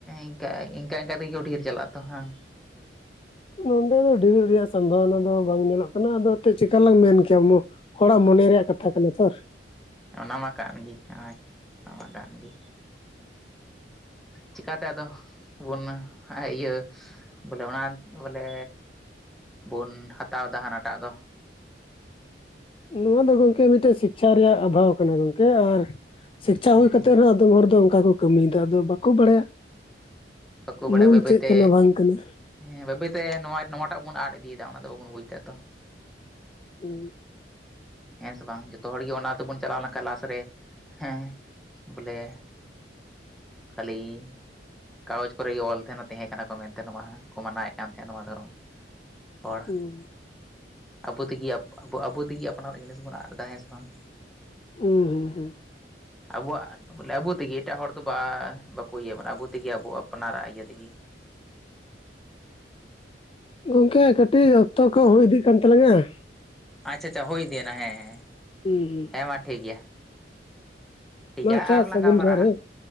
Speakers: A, in the centre; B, on the left (about 30°).
A: ᱤᱱᱠᱟ ᱤᱱᱠᱟ ᱛᱮᱜᱮ ᱠᱚ ᱰᱷᱤᱨ ᱪᱟᱞᱟᱜ-ᱟ ᱛᱚ ᱦᱟᱝ?
B: ᱱᱚᱸᱰᱮ ᱫᱚ ᱰᱷᱤᱨᱚᱜ ᱨᱮᱭᱟᱜ ᱥᱚᱢᱵᱷᱚᱵᱚᱱᱟ ᱫᱚ ᱵᱟᱝ ᱧᱮᱞᱚᱜ ᱠᱟᱱᱟ ᱟᱫᱚ ᱛᱮᱫ ᱪᱤᱠᱟᱞᱟᱝ ᱢᱮᱱ ᱠᱮᱭᱟ ᱾ ᱦᱚᱲᱟᱜ ᱢᱚᱱᱮ ᱨᱮᱭᱟᱜ ᱠᱟᱛᱷᱟ ᱠᱟᱱᱟ ᱛᱷᱚᱨ
A: ᱚᱱᱟᱢᱟ ᱠᱟᱱ ᱜᱤ ᱚᱭ ᱚᱱᱟᱢᱟ ᱠᱟᱱ ᱜᱤ ᱪᱤᱠᱟ ᱛᱮ ᱟᱫᱚ ᱵᱚᱱ ᱤᱭᱟᱹ ᱵᱚᱞᱮ ᱚᱱᱟ ᱵᱚᱞᱮ ᱵᱚᱱ ᱦᱟᱛᱟᱣ ᱫᱟ ᱦᱟᱱᱟᱴᱟᱜ ᱫᱚ?
B: ᱱᱚᱣᱟ ᱫᱚ ᱜᱚᱝᱠᱮ ᱢᱤᱫᱴᱮᱡ ᱥᱤᱠᱪᱷᱟ ᱨᱮᱭᱟᱜ ᱚᱵᱷᱟᱣ ᱠᱟᱱᱟ ᱜᱚᱝᱠᱮ ᱟᱨ ᱥᱤᱠᱪᱷᱟ
A: ᱦᱮᱸ
B: ᱦᱩᱭ ᱠᱟᱛᱮᱫ ᱨᱮᱦᱚᱸ ᱟᱫᱚᱢ ᱦᱚᱲ ᱫᱚ ᱚᱱᱠᱟ ᱠᱚ ᱠᱟᱹᱢᱤᱭᱫᱟ ᱟᱫᱚ ᱵᱟᱠᱚ ᱵᱟᱲᱟᱭᱟ ᱾
A: ᱵᱟᱠᱚ ᱵᱟᱰᱟᱭᱟ
B: ᱢᱩᱞ
A: ᱵᱟᱹᱭ ᱵᱟᱹᱭᱛᱮ
B: ᱪᱮᱫ ᱠᱟᱱᱟ ᱵᱟᱝ ᱠᱟᱱᱟ ᱾
A: ᱦᱮᱸ ᱵᱟᱹᱭ ᱵᱟᱹᱭ ᱛᱮ ᱱᱚᱣᱟ ᱱᱚᱣᱟᱴᱟᱜ ᱵᱚᱱ ᱟᱫ ᱤᱫᱤᱭᱫᱟ ᱚᱱᱟ ᱫᱚ ᱵᱟᱵᱚᱱ ᱵᱩᱡ ᱮᱫᱟ ᱛᱚ ᱾
B: ᱩᱸ ᱾
A: ᱦᱮᱸ ᱥᱮ ᱵᱟᱝ ᱡᱚᱛᱚ ᱦᱚᱲ ᱜᱮ ᱚᱱᱟ ᱛᱮᱵᱚᱱ ᱪᱟᱞᱟᱣ ᱞᱮᱱᱠᱷᱟᱱ ᱞᱟᱥ ᱨᱮ ᱦᱮᱸ ᱵᱚᱞᱮ ᱠᱷᱟᱹᱞᱤ ᱠᱟᱜᱚᱡᱽ ᱠᱚᱨᱮ ᱜᱮ ᱚᱞ ᱛᱟᱦᱮᱸᱱᱟ ᱛᱟᱦᱮᱸ ᱠᱟᱱᱟ ᱠᱚ ᱢᱮᱱᱛᱮ ᱱᱚᱣᱟ ᱠᱚ ᱢᱟᱱᱟᱣᱮᱫ ᱠᱟᱱ ᱛᱟᱦᱮᱸᱱᱟ ᱱᱚᱣᱟ ᱫᱷᱚᱨᱚᱢ ᱾ ᱦᱚᱲ
B: ᱦᱩᱸ
A: ᱟᱵᱚ ᱛᱤᱜᱤ ᱟᱵᱚ ᱛᱤᱜᱤ ᱾ ᱟᱯᱱᱟᱨᱟᱜ ᱡᱤᱱᱤᱥ ᱵᱚᱱ ᱟᱫ ᱫᱟ ᱦᱮᱸ ᱥᱮ ᱵᱟᱝ?
B: ᱩᱸ ᱦᱩᱸ ᱦᱩᱸ!
A: ᱟᱵᱚᱣᱟᱜ ᱵᱚᱞᱮ ᱟᱵᱚ ᱛᱤᱜᱤ ᱮᱴᱟᱜ ᱦᱚᱲ ᱫᱚ ᱵᱟ ᱵᱟᱠᱚ ᱤᱭᱟᱹ ᱵᱚᱱᱟ ᱟᱵᱚ ᱛᱤᱜᱤ ᱟᱵᱚ ᱟᱯᱱᱟᱨᱟᱜ ᱤᱭᱟᱹ ᱛᱤᱜᱤ ᱾
B: ᱜᱚᱝᱠᱮ ᱠᱟᱹᱴᱤᱜ ᱚᱠᱛᱚ ᱠᱚ ᱦᱩᱭ ᱤᱫᱤᱜ ᱠᱟᱱ ᱛᱟᱞᱟᱝᱟ ᱾
A: ᱟᱪᱪᱷᱟ ᱟᱪᱷᱟ ᱦᱩᱭ ᱫᱤᱭᱮ ᱦᱮᱸ ᱦᱮᱸ ᱾
B: ᱩᱸ ᱦᱩᱸ ᱾
A: ᱦᱮᱸ ᱢᱟ ᱴᱷᱤᱠ ᱜᱮᱭᱟ, ᱴᱷᱤᱠ
B: ᱢᱟ
A: ᱜᱮᱭᱟ
B: ᱟᱪᱪᱷᱟ
A: ᱟ-ᱟᱨᱚ ᱞᱟᱝ
B: ᱥᱟᱹᱜᱩᱱ
A: ᱜᱟᱞᱢᱟᱨᱟᱜ
B: ᱡᱚᱦᱟᱨ
A: ᱦᱟᱸᱜ,
B: ᱦᱮᱸ